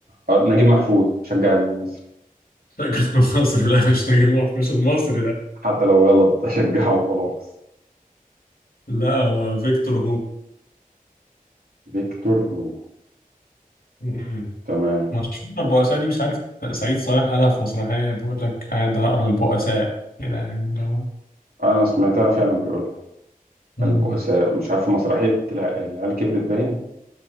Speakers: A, on the right (about 90°); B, on the left (about 85°).
A: آه، نجيب محفوظ شجع المصري
B: لا كنت مصري لا مش نجيب محفوظ مش المصري لا
A: حتى لو غلط <laughs> اشجعه وخلاص
B: لا هو فيكتور
A: فيكتور هوجو
B: هوجو
A: تمام
B: مشهور البؤساء دي مش عارف سعيد صالح قالها في مسرحية بيقول لك قاعد أقرأ البؤساء كده يعني اللي هو
A: انا سمعتها فعلا بيقولها
B: مم.
A: البؤساء مش عارف في مسرحية الع- العيال كبرت باين